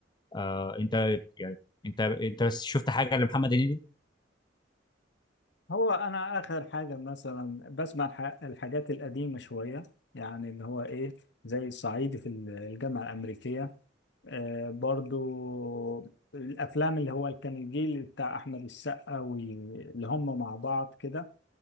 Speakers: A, on the left; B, on the left.
A: آه انت يعني انت انت بس شفت حاجه لمحمد هنيدي
B: هو أنا آخر حاجة مثلا بسمع الح... الحاجات القديمة شوية يعني اللي هو إيه زي الصعيدي في الجامعة الأمريكية آه، برضو الأفلام اللي هو كان الجيل بتاع أحمد السقا واللي هم مع بعض كده